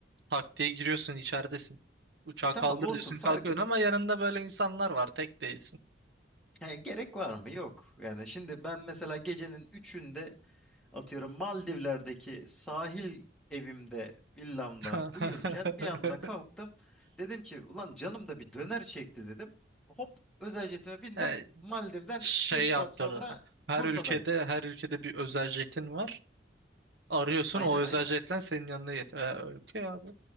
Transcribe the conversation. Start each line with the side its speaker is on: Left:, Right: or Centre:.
Right: tak diye giriyorsun içeridesin. Uçağı
Centre: E tamam
Right: kaldır
Centre: olsun
Right: diyorsun
Centre: fark
Right: kalkıyorsun
Centre: et.
Right: ama yanında böyle insanlar var. Tek değilsin.
Centre: Yani gerek var mı? Yok. Yani şimdi ben mesela gecenin üçünde. Atıyorum Maldivler'deki sahil evimde villamla
Right: <laughs>
Centre: uyurken bir anda kalktım. Dedim ki ulan canım da bir döner çekti dedim. Hop özel jetime bindim.
Right: E,
Centre: Maldiv'den
Right: şey
Centre: 5 saat
Right: yaptırdı.
Centre: sonra
Right: Her
Centre: Bursa'dayım.
Right: ülkede her ülkede bir özel jetin var. Arıyorsun
Centre: Aynen
Right: o özel
Centre: aynen.
Right: jetle senin yanına yetiyor. E, okey abi.